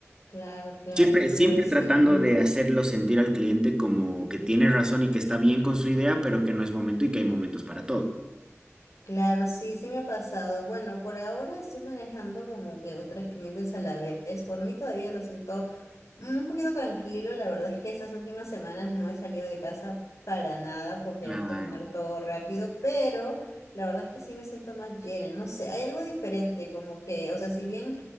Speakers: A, on the left; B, on the right.
A: claro, claro,
B: Siempre,
A: claro,
B: siempre
A: sí.
B: tratando de hacerlo sentir al cliente como que tiene razón y que está bien con su idea, pero que no es momento y que hay momentos para todo.
A: Claro, sí, sí me ha pasado. Bueno, por ahora estoy manejando como que otras clientes a la vez. Por mí todavía lo siento un poquito tranquilo. La verdad es que estas últimas semanas no he salido de casa para nada por querer
B: Claro,
A: terminar todo rápido, pero la verdad es que sí me siento más llena. No sé, hay algo diferente, como que, o sea, si bien...